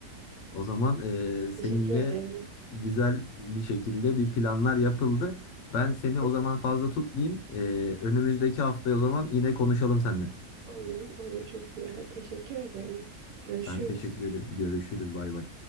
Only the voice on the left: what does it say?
O zaman eee, seninle
güzel bir şekilde bir planlar yapıldı. Ben seni
o zaman fazla tutmayayım. Eee, önümüzdeki haftaya o zaman yine konuşalım seninle.
Ben teşekkür ederim. Görüşürüz. Bay bay.